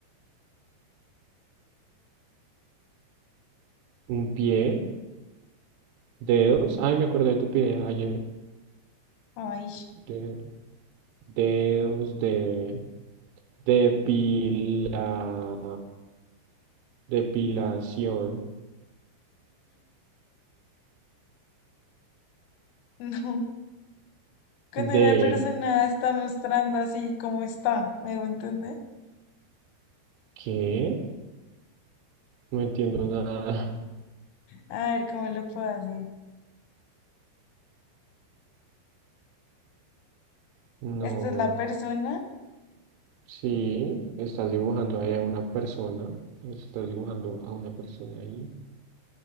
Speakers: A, on the right (about 85°); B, on the left (about 85°).
A: Un pie, dedos. Ay, me acordé de tu pie ayer.
B: ay,
A: De, dedos de Depila, depilación
B: <laughs> no. Cuando
A: de
B: una persona está mostrando así como está, ¿me voy a entender?
A: ¿qué? No entiendo nada.
B: A ver cómo lo puedo hacer.
A: No,
B: ¿Esta es la persona?
A: sí, estás dibujando ahí a una persona. Estás dibujando a una persona ahí.